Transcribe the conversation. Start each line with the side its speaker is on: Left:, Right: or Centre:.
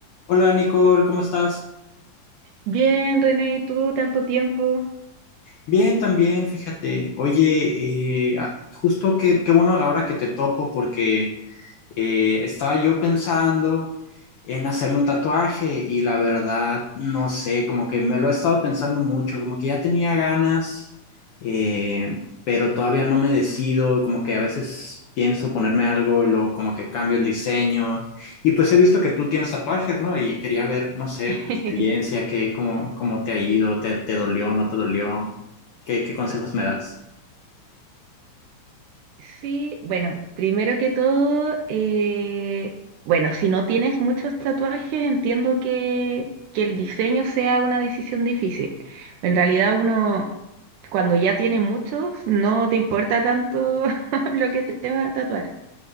Left: Hola Nicole, ¿cómo estás?
Right: Bien, René, ¿y tú tanto tiempo?
Left: Bien, también, fíjate. Oye, eh, a- justo que, qué bueno ahora que te topo porque Eh, estaba yo pensando en hacerme un tatuaje y la verdad, no sé, como que me lo he estado pensando mucho, como que ya tenía ganas, eh, pero todavía no me decido, como que a veces pienso ponerme algo y luego como que cambio el diseño. Y pues he visto que tú tienes tatuajes, ¿no? Y quería ver, no sé,
Right: <laughs>
Left: tu experiencia, qué, cómo, cómo te ha ido, te, te dolió, no te dolió, qué, qué consejos me das.
Right: Sí, bueno, primero que todo, eh, bueno, si no tienes muchos tatuajes, entiendo que, que el diseño sea una decisión difícil. En realidad uno, cuando ya tiene muchos, no te importa tanto <laughs> lo que te vas a tatuar.